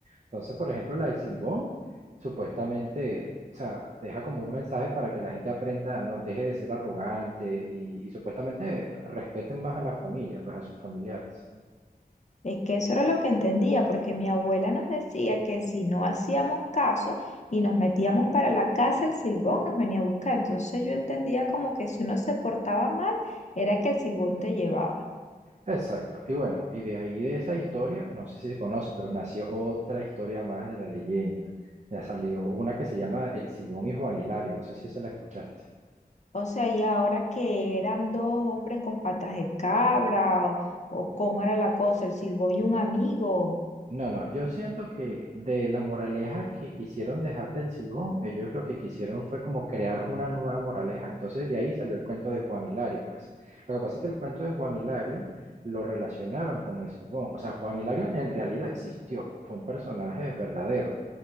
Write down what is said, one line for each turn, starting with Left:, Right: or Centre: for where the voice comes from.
Right: Entonces, por ejemplo, la del Silbón, supuestamente, o sea, deja como un mensaje para que la gente aprenda, no deje de ser arrogante y, y supuestamente respeten más a la familia, pues a sus familiares.
Left: Es que eso era lo que entendía, porque mi abuela nos decía que si no hacíamos caso y nos metíamos para la casa, el silbón nos venía a buscar. Entonces yo entendía como que si uno se portaba mal, era que el silbón te llevaba.
Right: Exacto. Y bueno, y de ahí de esa historia, no sé si se conoce, pero nació otra historia más de la leyenda. Ya salió una que se llama El Silbón y Juan Hilario, no sé si esa la escuchaste.
Left: O sea, y ahora que eran dos hombres con patas de cabra, o, o cómo era la cosa, el silbón y un amigo.
Right: No, no, yo siento que de la moraleja que quisieron dejar del Silbón, ellos lo que quisieron fue como crear una nueva moraleja. Entonces de ahí salió el cuento de Juan Hilario, pues. Lo que pasa es que el cuento de Juan Hilario lo relacionaron con el Silbón. O sea, Juan Hilario en realidad existió, fue un personaje verdadero.